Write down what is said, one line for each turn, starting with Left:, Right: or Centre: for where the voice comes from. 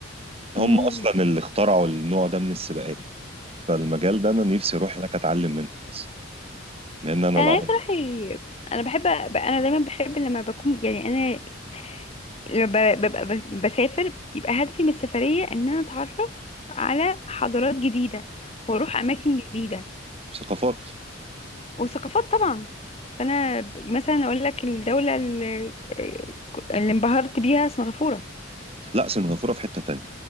Left: مم.
Right: هم اصلا اللي اخترعوا النوع ده من السباقات فالمجال ده انا نفسي اروح هناك اتعلم منه بس لان انا
Left: انا
Right: العربي
Left: نفسي اروح ي- انا بحب ب- انا دايما بحب لما بكون يعني انا لما ب- ببقى ب- بسافر بيبقى هدفي من السفريه ان انا اتعرف على حضارات جديده واروح اماكن جديده
Right: ثقافات
Left: وثقافات طبعا فانا ب- مثلا اقول لك الدوله اللي آه، اللي انبهرت بيها سنغافوره
Right: لا سنغافوره في حته تانية